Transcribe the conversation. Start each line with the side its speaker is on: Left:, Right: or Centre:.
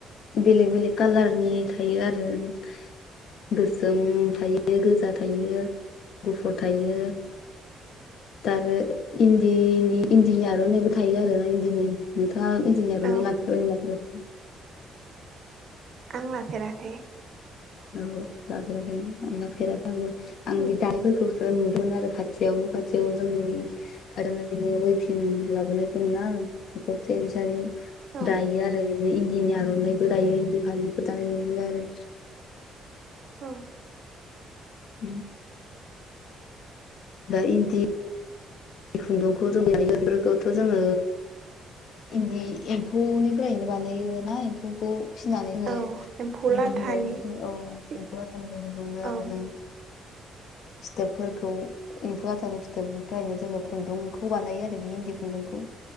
Left: बेलेग बेलेक कालारनि थायो आरो ओ गोसोम थायो गोजा थायो गुफुर थायो दा आरो इन्दिनि इन्दिनि आर'नाइबो थायो आरोना इन्दिनि दा इन्दिनि
Right: औ
Left: लाफेरबायना लाफेराखौ
Right: आं लाफेराखै
Left: औ लाफेराखैना लाफेराखै आंबो आं
Right: उम
Left: बे दाफोरखौसो नुदोंमोन आरो खाथियावनो न'खाथियाव जोंनि आरनाइ बिदिनो वइफिं लाबोनाय दंना बे बिसार <unintelligible>
Right: औ
Left: दायो आरो बिदिनो इन्दिनि आर'नाइबो गायो इन्दि फालिफोर दानाय नुयो आरो
Right: औ
Left: उम दा इन्दि बे खुन्दुंखौ जों दायो खौथ' जोङो इन्दि एम्फौनिफ्रायनो बानायोना एम्फौखौ फिसिनानै होयो
Right: औ एम्फौ
Left: इन्दि
Right: लाथानि
Left: बिलाइ औ
Right: सि
Left: एम्फौ लाथानिफ्राय बेखौ मोनो आरो
Right: औ
Left: जों फिथोबफोरखौ एम्फौ लाथानि फिथोबनिफ्रायनो जोङो खुन्दुंखौ बानायो आरो बे इन्दि खुन्दुंखौ